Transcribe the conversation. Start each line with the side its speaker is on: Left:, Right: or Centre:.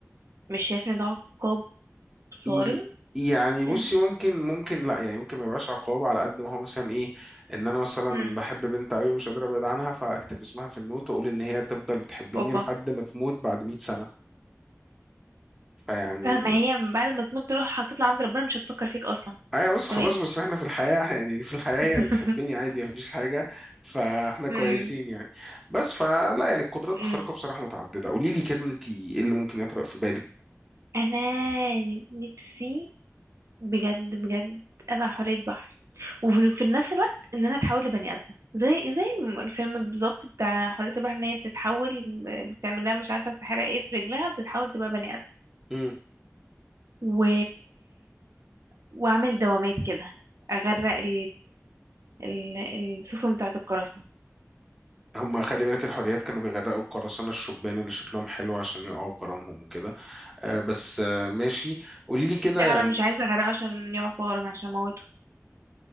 Right: مش شايف ان ده عقاب صارم
Centre: إي- يعني
Right: مم.
Centre: بصي ممكن ممكن لا يعني ممكن ما يبقاش عقاب على قد ما هو مثلا ايه ان انا مثلا
Right: مم.
Centre: بحب بنت قوي ومش قادر ابعد عنها فاكتب اسمها في النوت واقول ان هي تفضل بتحبني
Right: اوبا
Centre: لحد ما تموت بعد 100 سنة فيعني
Right: آه، ما هي من بعد ما تموت تروح هتطلع عند ربنا مش هتفكر فيك اصلا
Centre: ايوه بس خلاص
Right: تمام
Centre: بس احنا في الحياة يعني في الحياة
Right: <laughs>
Centre: هي بتحبني عادي مفيش حاجة فاحنا كويسين
Right: مم.
Centre: يعني بس فلا يعني القدرات
Right: مم.
Centre: الخارقة بصراحة متعددة قولي لي كده انت ايه اللي ممكن يطرق في بالك
Right: انا نفسي بجد بجد ابقى حورية بحر وفي في نفس الوقت ان انا اتحول لبني ادمه زي زي الم- الفيلم بالظبط بتاع حورية البحر ان هي بتتحول بتعمل لها مش عارفه السحاره ايه في رجلها بتتحول تبقى بني ادم
Centre: امم
Right: و... واعمل دوامات كده اغرق ال... ال... السفن بتاعه القراصنه
Centre: هم خلي بالك الحريات كانوا بيغرقوا القراصنة الشبان اللي شكلهم حلو عشان يقعوا في غرامهم وكده آه بس آه ماشي قولي لي كده
Right: لا
Centre: يعني
Right: انا مش عايزه اغرقه عشان يقع في غرام عشان اموته